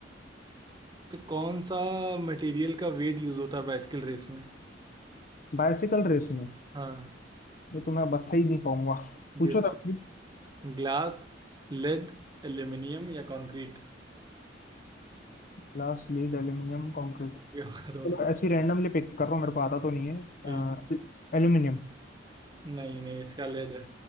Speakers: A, on the right (about 25°); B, on the left (about 50°).
A: तो कौन सा मटेरियल का वेट यूज़ होता है बाइसिकल रेस में
B: बाइसिकल रेस में
A: हाँ
B: ये तो मैं बता ही नहीं पाऊंगा पूछो
A: देता
B: तब
A: हूँ ग्लास लेड एल्यूमिनियम या कंक्रीट
B: Glass lead aluminium concrete
A: होगा थोड़ा
B: चलो ऐसी रैंडमली पिक कर रहा हूँ मेरे को आता तो नहीं है
A: ठीक।
B: अ, एल्यूमिनियम
A: नहीं नहीं इसका लेड है